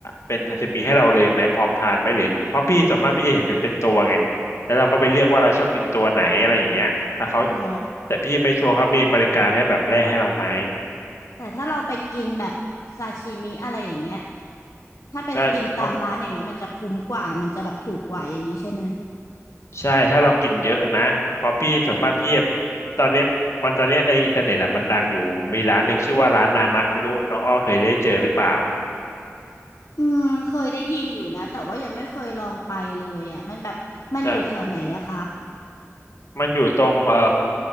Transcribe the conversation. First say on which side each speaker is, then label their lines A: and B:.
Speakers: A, on the left (about 60°); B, on the left (about 80°).
A: เป็นซาซิมิให้เราเลยไหมพร้อมทานไหมหรือเพราะพี่ส่วนมากพี่จะเห็นเป็นเป็นตัวไงแล้วเราก็ไปเลือกว่าเราชอบกินตัวไหนอะไรอย่างเงี้ยแล้วเขา
B: อ๋อ
A: แต่พี่ไม่ชัวร์เขามีบริการให้แบบแร่ให้เราไหม
B: แต่ถ้าเราไปกินแบบซาชิมิอะไรอย่างเงี้ย ถ้าไปกินตามร้านอย่างเงี้ยมันจะคุ้มกว่ามันจะแบบถูกกว่าอย่างนี้ใช่ไหม
A: ใช่เพราะใช่ถ้าเรากินเยอะนะเพราะพี่ส่วนมากพี่ตอนเนี้ยมันตอนเนี้ยในอินเทอร์เน็ตอะมันดังอยู่มีร้านหนึ่งชื่อว่าร้านนามะไม่รู้น้องอ้อเคยได้เจอหรือเปล่า
B: อืมเคยได้ยินอยู่นะแต่ว่ายังไม่เคยลองไปเลยอ่ะมันแบบมันอยู่แถวไหนอะคะ
A: ใช่มันอยู่ตรงเอ่อ